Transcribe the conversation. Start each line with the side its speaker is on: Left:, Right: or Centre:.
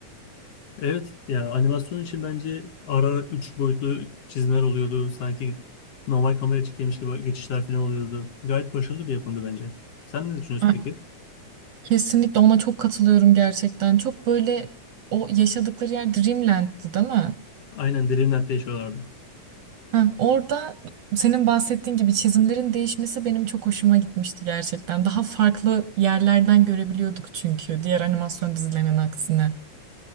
Left: Evet yani animasyon için bence ara ara 3 boyutlu çizimler oluyordu. Sanki normal kamera çekilmiş gibi geçişler falan oluyordu. Gayet başarılı bir yapımdı bence. Sen ne düşünüyorsun
Right: Ay,
Left: peki?
Right: Kesinlikle ona çok katılıyorum gerçekten. Çok böyle o yaşadıkları yer Dreamland'dı değil mi?
Left: Aynen Dreamland'de yaşıyorlardı.
Right: Heh, orada senin bahsettiğin gibi çizimlerin değişmesi benim çok hoşuma gitmişti gerçekten. Daha farklı yerlerden görebiliyorduk çünkü diğer animasyon dizilerinin aksine.